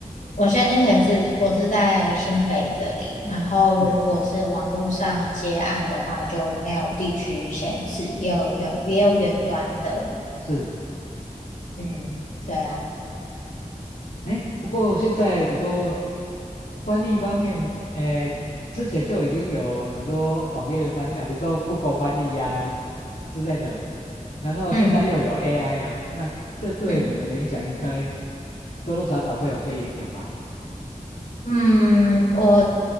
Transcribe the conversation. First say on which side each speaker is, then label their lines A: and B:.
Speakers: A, on the left (about 65°); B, on the left (about 80°).
A: 我先前是我是在新北这里，然后如果是网络上接案的话，
B: 对
A: 就没有地区限制，也有远也有远端的。
B: 是
A: 嗯，对啊，
B: 哎，不过现在比如说翻译方面，呃，之前就已经有很多网页的翻译啊，比如说 Google 翻译呀、之类的，然后现在又有
A: 嗯
B: AI 啊，那这对你们的影响应该
A: 嗯
B: 多多少少会有些影响吧？
A: 嗯，我